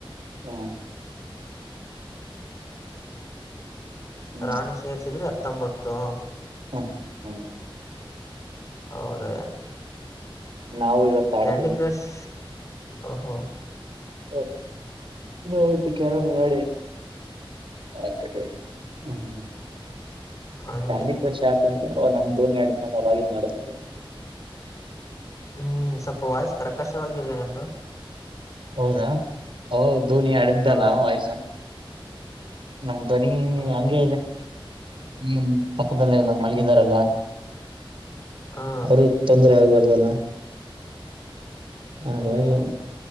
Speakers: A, on the right; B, on the left.
A: ಹ್ಮ್ ಹ್ಮ್
B: ರಾಣಿ ಸೇರಿಸಿದ್ರೆ ಹತ್ತೊಂಬತ್ತು
A: ಹ ಹ್ಮ
B: ಹೌದ
A: ನಾವು ಇವತ್ತು ಆಡದಿಲ್ಲ
B: ಕ್ಯಾಂಡ ಕ್ರಶ್ ಹೋ
A: <unintelligible> ಹ ಹ್ಮ
B: ಹಂಗೆ
A: ಕ್ಯಾಂಡಿ ಕ್ರಶ್ ಹಾಕೊಂಡ್ರೆ ಅವ ನಮ್ ದೋನಿಯ ಅಡಿಿನ ಅವವಾಗಿ ನಡೆಸ್ತಿ
B: ಹ್ಮ್ ಸ್ವಲ್ಪ ವಯಸ್ಕರ ಕಾಶವಾಗಿದೆ ನಿಮ್ದು
A: ಹೌದಾ ಅವ ದೋನಿ ಅಡ್ದಲ್ಲ
B: ಹ್ಮ್
A: ವಯಸ ನಮ್ದು ಧ್ವನಿ ನೀ
B: ಹ್ಮ್
A: ಹಂಗೆ ಇದೆ ಈ ಪಕ್ಕದಲ್ಲೆಲ್ಲ ಮಲಗಿದಾರಲ್ಲ
B: ಹಾ
A: ಅವ್ರ ತೊಂದ್ರೆ ಆಗ್ಬಾರ್ದಲ್ಲ ಹಾಗಾಗಿ
B: ಹ್ಮ್